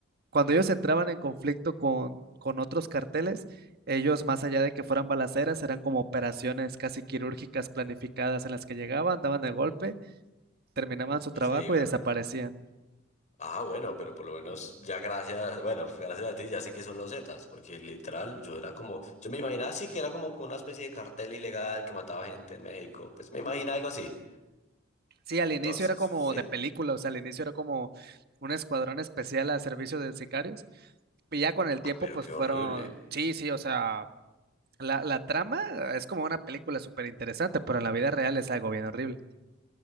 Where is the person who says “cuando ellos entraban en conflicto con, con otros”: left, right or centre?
Right